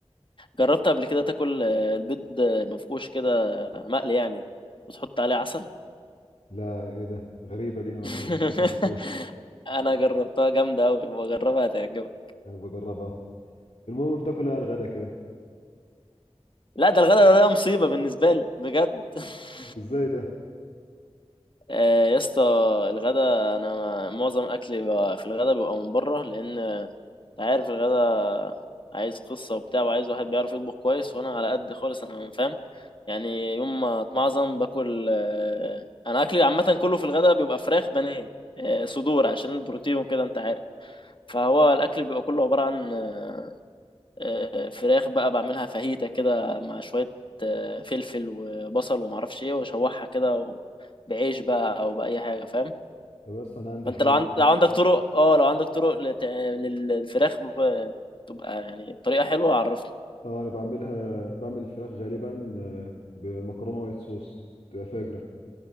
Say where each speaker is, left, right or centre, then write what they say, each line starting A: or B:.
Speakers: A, on the left; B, on the left.
A: جربت قبل كده تاكل آه، البيض آه، مفقوش كده آه، مقلي يعني وتحط عليه عسل
B: لا ايه ده غريبه دي ما
A: <laughs>
B: جربتهاش قبل كده
A: انا جربتها جامده قوي بجربها هتعجبك
B: آه، بجربها المهم بتاكلها على الغدا كده
A: لا ده الغدا ده مصيبة بالنسبة لي بجد <laughs>
B: ازاي ده
A: آه، يا اسطى الغدا انا ما- معظم اكلي بقى في الغدا بيبقى من بره لان انت عارف الغدا عايز قصة وبتاع وعايز واحد بيعرف يطبخ كويس وانا على قد خالص انا فاهم يعني يوم ما اتمعظم باكل آه، انا اكلي عامة كله في الغدا بيبقى فراخ بانيه آه، صدور عشان البروتين وكده انت عارف فهو الاكل بيبقى كله عبارة عن آه، آه، فراخ بقى بعملها فاهيتا كده مع شوية آه، فلفل وبصل ومعرفش ايه واشوحها كده و- بعيش بقى او بأي حاجة فاهم
B: طب بس انا عندي
A: فانت
B: حل
A: لو عند...
B: احسن
A: لو عندك آه. طرق اه لو عندك طرق لت... للفراخ ب- تبقى يعني بطريقة حلوة عرفني
B: اه انا بعملها بعمل الفراخ غالبا آه، بمكرونه وايت صوص تبقى فاجره